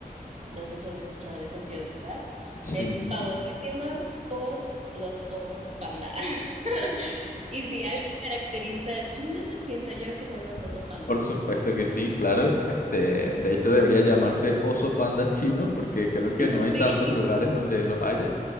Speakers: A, on the right; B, on the left.
A: No sé si has escuchado de esa ciudad.
B: <laughs> Chengdu.
A: Es famosísima por los osos panda. <laughs> Y si algo caracteriza a China, siento yo que son los osos panda.
B: Por supuesto que sí, claro. Este, de hecho, debería llamarse oso panda chino porque creo que
A: <laughs>
B: no hay tantos lugares donde los haya.